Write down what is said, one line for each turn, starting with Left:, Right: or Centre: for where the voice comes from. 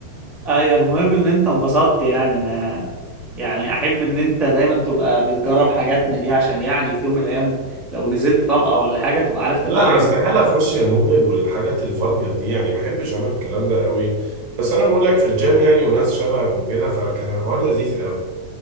Centre: ايوه المهم ان انت انبسطت يعني انا يعني احب ان انت دايما تبقى بتجرب حاجاتنا دي عشان يعني في يوم من الايام لو نزلت طبقة ولا حاجة تبقى عارف تتعامل
Right: لا انا استحاله
Centre: يعني
Right: اخش المولد والحاجات الفالجر دي يعني ما بحبش انا الكلام ده قوي بس انا بقول لك في الجيم يعني وناس شبهك وكده فكان الحوار لذيذ قوي